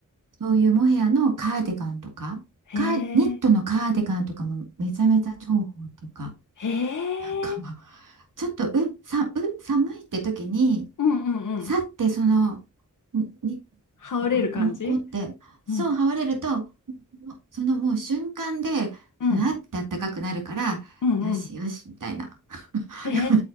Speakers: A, on the right (about 85°); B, on the left (about 80°).
A: そういうモヘアのカーディガンとか、
B: へ
A: カーニットのカーディガンとかもめちゃめちゃ重宝っていうか、
B: え、へえ。
A: なんか <laughs> ちょっとう、さ、う、寒いって時に、
B: うんうんうん。
A: さってその、に、に
B: 羽織れる感じ
A: なんかモコモコって、そう、
B: うん、
A: 羽織れると、もそのもう瞬間でふわってあったかくなるからよしよしみたいな
B: うん、うん、うん。
A: <laughs>
B: へ